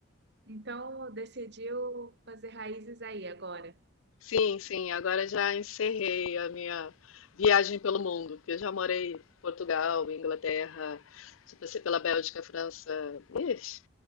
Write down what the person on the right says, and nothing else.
Então Decidiu fazer raízes aí agora?